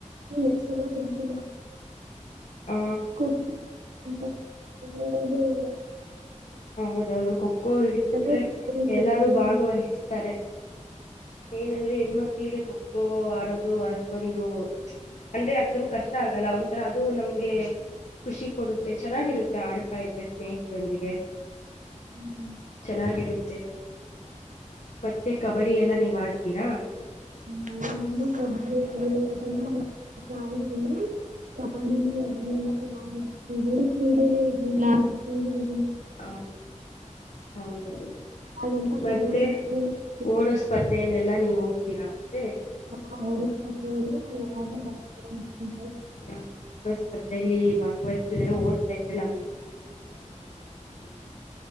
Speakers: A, on the right (about 75°); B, on the left (about 65°).
A: ಮೆಸಲ ಕತಿಿನ
B: ಹ
A: ಕ್ಕುಕ್ ಹದ ಇಲ್ಲ
B: ಹೌದೌದು ಖೋ ಖೋ ಹಿಡಿದ್ರೆ
A: ಇಡ್ತಿರ್ತಾರೆ ಇಡ್ತಿರ್ತಾರೆ.
B: ಎಲ್ಲರೂ ಭಾಗವಹಿಸ್ತಾರೆ ಏನಂದ್ರೆ ಹೆಣ್ಮಕ್ಳಿಗೆ ಖೋ ಖೋ ಆಡೋದು ಅಷ್ಟೊಂದು ಅಂದ್ರೆ ಅಷ್ಟೊಂದು ಕಷ್ಟ ಆಗಲ್ಲ ಒಂಥರ ಅದು ನಮ್ಗೆ ಖುಷಿ ಕೊಡುತ್ತೆ ಚೆನ್ನಾಗಿರುತ್ತೆ ಆಡ್ತಾ ಇದ್ರೆ ಸ್ನೇಹಿತರೊಂದಿಗೆ
A: ಹ್ಮ್
B: ಚೆನ್ನಾಗಿರುತ್ತೆ ಮತ್ತೆ ಕಬಡ್ಡಿ ಎಲ್ಲ ನೀವುಡ್ತೀರಾ
A: ಇನ್ನ ನಾನು ಕಬಡ್ಡಿ ನ ಶಾಲಿ ಕಬ್ಬಡಿಗ್ ಹ ಪುಗಳಿ ಕ್ರೀಡೆಲ್ಲ ಇ
B: ಹಾ ಹೌದೌದು
A: ಹಾಗಂತ ಕಬಡ್ಡಿ
B: ಮತ್ತೆ
A: ಕ್ರೀಡೆನೇ ಇರ್ತಿರ್ಲಿಲ್ಲ
B: ಓಡೋ ಸ್ಪರ್ಧೆಯಲ್ಲೆಲ್ಲಾ ನೀವು ಹೋಗ ತೀರಾ ಅಂದ್ರೆ
A: ಹ ಹೌಡಿ ಆ ಬ <unintelligible> ಹ
B: ಹಾ ಓಡೋ ಸ್ಪರ್ಧೆಯಲ್ಲಿ ಭಾಗವಹಸಿದ್ರೆ ಓಡ್ತಾ ಇದ್ರೆ ನಮ್ಮ ಆರೋಗ್ಯಕ್ಕೂ ಜಾಸ್ತಿ ಒಳ್ಳೇದಾಗುತ್ತೆ ಹೇಳಿ